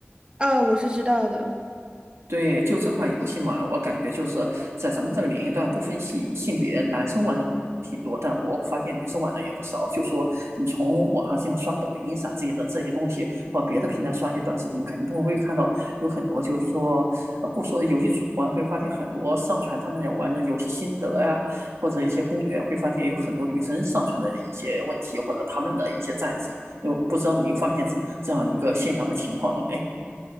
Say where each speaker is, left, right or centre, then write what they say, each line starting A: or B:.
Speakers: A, on the right; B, on the right.
A: 啊，我是知道的。
B: 对，就这款游戏嘛，我感觉就是在咱们这个年龄段不分性性别，男生玩的挺多，但我发现女生玩的也不少。就说你从网上这样刷抖音啥之类的这些东西，或别的平台刷一些短视频，肯定都会看到有很多，就是说，呃不说游戏主播，会发现很多上传他们也玩的游戏心得呀，或者一些攻略，会发现有很多女生上传的一些问题或者他们的一些战绩。就不知道您发现这这样一个现象和情况了没？